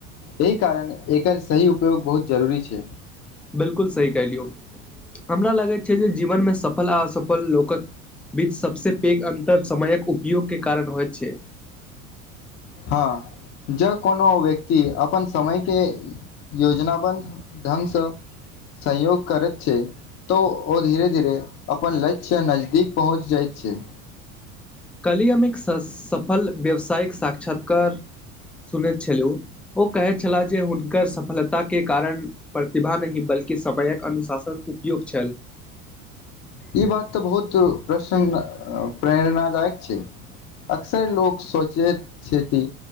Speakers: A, on the left; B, in the centre.
A: एहि कारण एकर सही उपयोग बहुत जरूरी छै
B: बिल्कुल सही कलियौ हमरा लागैत छै जे जीवनमे सफल आ असफल लोकक बीच सबसे पेघ अंतर समयक उपयोग के कारण होय छै
A: हँ ज कोनो व्यक्ति अपन समय के योजनाबंध ढंगसँ सयोग करैत छै तऽ ओ धीरे धीरे अपन लक्ष्य नजदीक पहुँच जाइत छै
B: कली हम एक स सफल व्यवसायिक साक्षात्कार सुनैत छलहुँ ओ कहै छलाह जे हुनकर सफलताके कारण प्रतिभा नहि बल्कि सपयक अनुशासन उपयोग्त छल
A: ई बात तऽ बहुत प्रसन्न प्रेरणादायक छै अक्सर लोक सोचेत छैेती